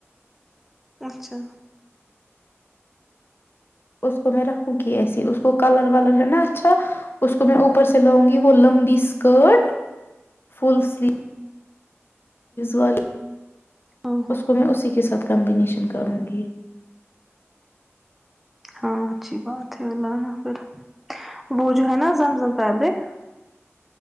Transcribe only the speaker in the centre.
اچھا <unintelligible>
ہاں ہاں
ہاں اچھی بات ہے اللہ نا پھر وہ جو ہے نا زم زم فیبرک <unintelligible>